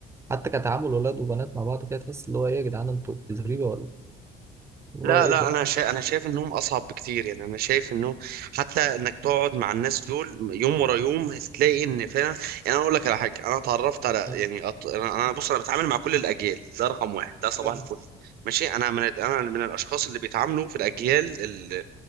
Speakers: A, on the right; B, on the right.
A: حتى كتعامل ولاد وبنات مع بعض كده تحس اللي هو ايه يا جدعان انتوا زريبه ولا اللي
B: لا
A: هو ايه
B: لا
A: ده
B: انا شا... انا شايف انهم اصعب بكتير يعني انا شايف انه حتى انك تقعد مع الناس دول يوم ورا يوم هتلاقي ان فعلا يعني انا اقول لك على حاجه انا اتعرفت على
A: امم
B: يعني أط... انا أنا- بص انا بتعامل مع كل الاجيال ده رقم واحد ده صباح
A: أيوة.
B: الفل ماشي انا من انا من الاشخاص اللي بيتعاملوا في الاجيال اللي...